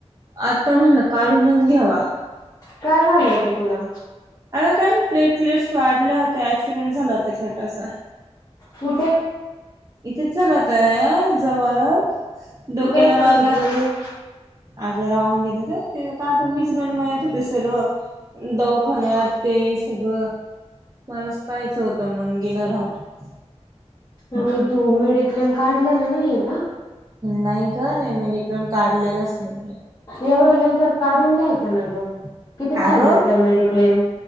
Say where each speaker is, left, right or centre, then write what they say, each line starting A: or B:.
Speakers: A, on the right; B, on the left.
A: आता म्हणलं काढूनच घ्यावा
B: काय झालं होतं तुला
A: आता काय नाही प्लेट प्लेट्स वाढल्या होत्या ऍक्सिडेंट झाला होता छोटासा
B: कुठे
A: इथेच झालाताय जवळ डोक्याला
B: तू काय सांगितलं
A: मारला
B: नाही
A: अगं राहून गेलं तर ते कायता मीच गणगणत होते सर्व दवखान्या ते सगळं मलाच पाहाचं होतं मंगेला राहत
B: आणि तू मेडिक्लेम काढलेला नाहीये का
A: नाही ग नाही मीकून काढलेलंच नाही मी
B: एवढ्या दिवसात काढून घ्यायचं ना ग किती फायद्याचांय
A: अगं
B: मेडिक्लेम